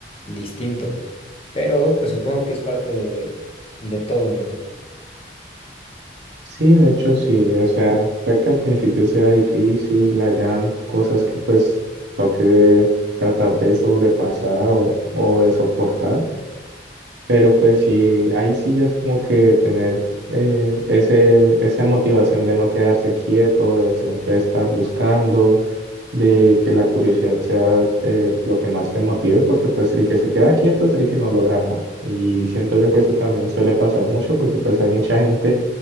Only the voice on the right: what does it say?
Sí, de hecho sí, o sea, puede que al principio sea difícil, hayan cosas que pues toque de tratar de sobrepasar o, o de soportar, pero pues sí, ahí sí ya es como que tener eh, ese, esa motivación de no quedarse quieto, de siempre estar buscando, de que la curiosidad sea eh, lo que más te motive, porque pues el que se queda quieto es el que no logra nada. Y siento yo que eso también suele pasar mucho porque pues hay mucha gente